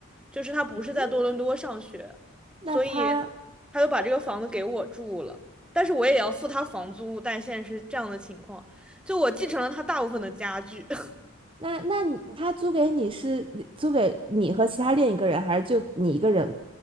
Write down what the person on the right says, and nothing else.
嗯那他
那那你他租给你是租给你和其他另一个人，还是就你一个人？